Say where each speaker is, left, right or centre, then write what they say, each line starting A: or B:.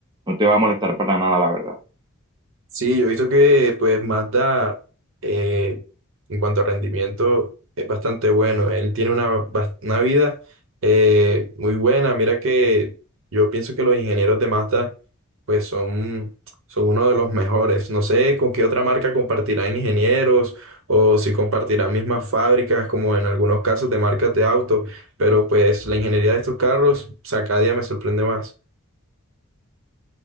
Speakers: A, on the right (about 20°); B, on the right (about 60°).
A: no te va a molestar para nada, la verdad.
B: Sí, yo he visto que pues Mazda eh, en cuanto a rendimiento es bastante bueno. Él tiene una, bas- una vida eh, muy buena. Mira que yo pienso que los ingenieros de Mazda pues son, son uno de los mejores. No sé con qué otra marca compartirán ingenieros o si compartirán mismas fábricas como en algunos casos de marcas de auto, pero pues la ingeniería de estos carros, o sea, cada día me sorprende más.